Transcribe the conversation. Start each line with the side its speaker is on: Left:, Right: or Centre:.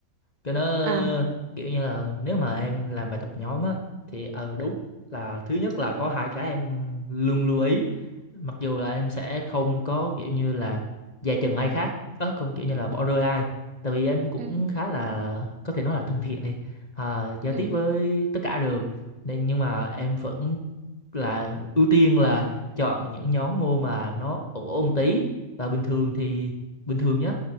Left: cho nó
Right: à
Left: kiểu như là nếu mà em làm bài tập nhóm á thì ờ đúng là thứ nhất là có hai cái em luôn lưu ý mặc dù là em sẽ không có kiểu như là dè chừng ai khác ớ không kiểu như là bỏ rơi ai tại vì em cũng
Right: ừ
Left: khá là có thể nói là thân thiện đi à, giao tiếp
Right: ừ
Left: với tất cả được nên nhưng mà em vẫn là ưu tiên là chọn những nhóm môn mà nó ổn ổn tí và bình thường thì bình thường nhá